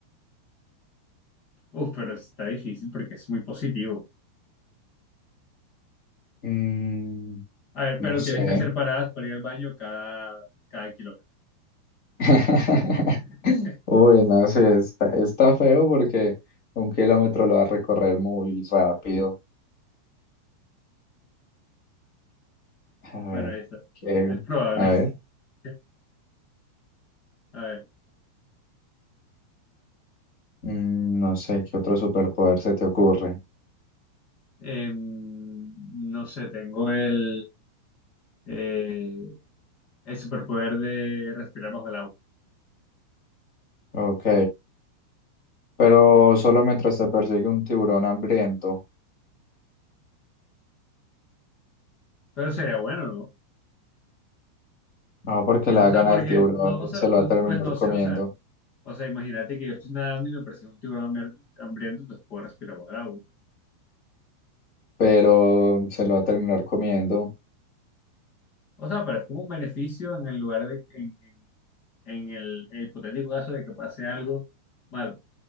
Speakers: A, on the left (about 40°); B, on the left (about 25°).
A: uf, pero está difícil porque es muy positivo.
B: Mm,
A: A ver,
B: no
A: pero
B: sé.
A: tienes que hacer paradas para ir al baño cada, cada kilómetro.
B: <laughs>
A: <laughs>
B: Uy, no sé, está, está feo porque un kilómetro lo va a recorrer muy rápido. A ver,
A: Bueno, ahí está.
B: ¿qué?
A: Es probable.
B: A ver.
A: <laughs> A ver,
B: Mm, no sé qué otro superpoder se te ocurre.
A: em, no sé, tengo el... eh, el superpoder de respirar bajo el agua.
B: Ok, pero solo mientras te persigue un tiburón hambriento.
A: Pero sería bueno, ¿no?
B: No, porque le
A: O
B: va a
A: sea,
B: ganar
A: porque
B: tiburón
A: no, o sea,
B: y se lo
A: pues,
B: va a terminar
A: pues no
B: comiendo,
A: sé, o sea, o sea, imagínate que yo estoy nadando y me persigue un tiburón hambriento, hambriento, entonces puedo respirar bajo el agua.
B: pero se lo va a terminar comiendo.
A: O sea, pero es como un beneficio en el lugar de, en, en, en el, el hipotético caso de que pase algo malo.